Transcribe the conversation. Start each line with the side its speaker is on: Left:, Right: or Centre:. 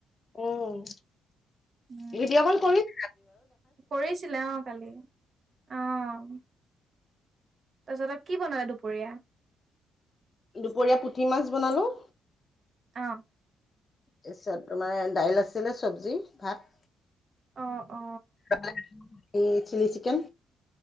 Left: উম,
Right: উম
Left: ভিডিঅ' কল কৰিম
Right: কৰিছিলে অ' কালি, অহ তাৰপিছতে কি বনালে দুপৰীয়া?
Left: দুপৰীয়া পুঠি মাছ বনালোঁ।
Right: অ'
Left: তাৰপিছত তোমাৰ দাইল আছিলে, চব্জি, ভাত
Right: অ' অ
Left: <unintelligible> এই চিলি চিকেন।